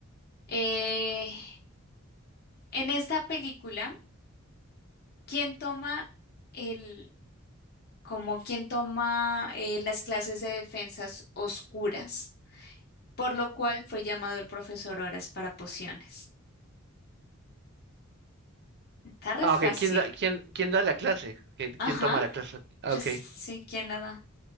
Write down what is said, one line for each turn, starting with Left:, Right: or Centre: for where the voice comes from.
Left: eh, en esta película, ¿quién toma el, como quién toma eh, las clases de defensas oscuras? Por lo cual fue llamado el profesor Horas para pociones. Está re
Right: Ah, ok,
Left: fácil.
Right: ¿quién da, quién, quién da la clase? Ok,
Left: Ajá,
Right: ¿Quién toma la clase? Ah,
Left: pues
Right: Ok,
Left: sí, ¿quién la da?